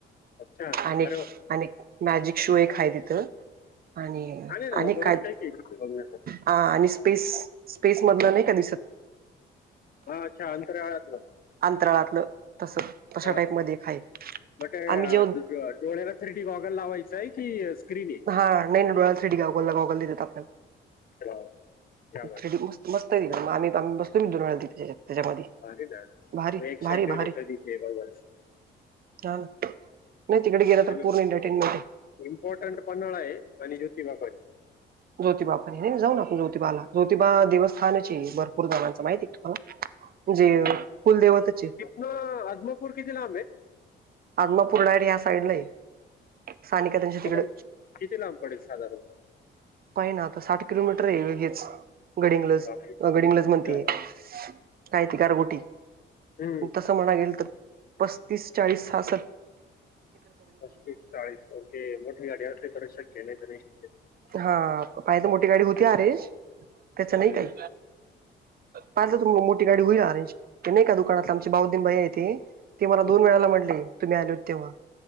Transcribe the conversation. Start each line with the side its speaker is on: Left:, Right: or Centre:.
Left: अच्छा
Right: आणि-आणि
Left: अरे वा.
Right: मॅजिक शो एक हाय तिथं. आणि-आणि
Left: छान आहे ना मग बरंच
Right: काय
Left: काही काही तिथे बघण्याचं
Right: आ आणि स्पेस स्पेसमधन नाही का दिसत.
Left: हा अच्छा अंतराळातलं.
Right: अंतराळातलं तस तशा
Left: हा
Right: टाईप मध्ये एक हाय
Left: मटे
Right: आम्ही जेव्हा
Left: डू-ड-डोळेला थ्रीडी गॉगल लावायचं आहे की स्क्रीन ये.
Right: हा नाही ना डोळ्याला थ्री डी गॉगला गॉगल नि देतात आपल्याला
Left: वा, वा. क्या बात.
Right: थ्रीडी मस्त मस्त आहे तिकड आम्ही आम् ब द- त्याच्यामध्ये
Left: भारी ना
Right: भारी
Left: मी एक्साइटेड
Right: भारी भारी.
Left: आहे कधी ते बघायला
Right: हा न नाही तिकडे गेल तर
Left: आणि
Right: पूर्ण एंटरटेनमेंट आहे.
Left: इम्पॉर्टंट पन्हाळा आहे आणि ज्योतिबापन.
Right: ज्योतिबा पण हायना जाऊन आपण ज्योतिबाला ज्योतिबा देवस्थानाच हे भरपूर जाणांचं माहिती आहे ह- जे कुल देवतच हे.
Left: म अदमापूर किती लांब हे
Right: आजमापूर डा साईडला हे सानिका त्यांच्या तिकड.
Left: आपण किती लांब पडेल साधारण
Right: पायना आता साठ किलोमीटर आहे लगेच गडिंग्लज
Left: बापरे
Right: गडिंग्लज म्हणते
Left: हं, हं,
Right: कायती गारगोटी
Left: हं. हं.
Right: तस म्हणाय गेल तर पस्तीस चाळीस सास.
Left: पस्स चाळीसओ मोठठी अडीे कर शके नाही तरी नाही शके. <unintelligible>
Right: हा पाहि तर मोठी गाडी होती आहे त्याच नाही
Left: हं,
Right: काही पाहिलं तुम मोठी गाडी होईल अरेंज क नाही का तु दुकाना आमचे बाऊदन बाई आहे त ती मला
Left: हं,
Right: दोन वेळाला म्हटली तुम्ही आली हो तेव्हा